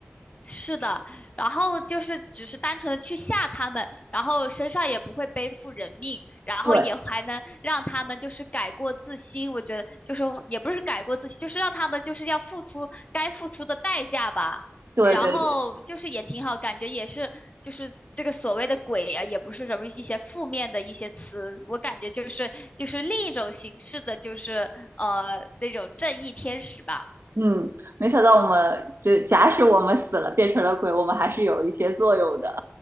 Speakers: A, on the left (about 35°); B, on the right (about 70°).
A: 是的，然后就是只是单纯的去吓他们，然后身上也不会背负人命，然后也还能让他们就是改过自新。
B: 对，
A: 我觉得就是也不是改过自新，就是让他们就是要付出该付出的代价吧。
B: 对，
A: 然后就是也挺好，
B: 对，对，
A: 感觉也是就是这个所谓的鬼啊，也不是什么一些负面的一些词，我感觉就是就是另一种形式的，就是呃那种正义天使吧。
B: 嗯，没想到我们就假使我们死了变成了鬼，我们还是有一些作用的。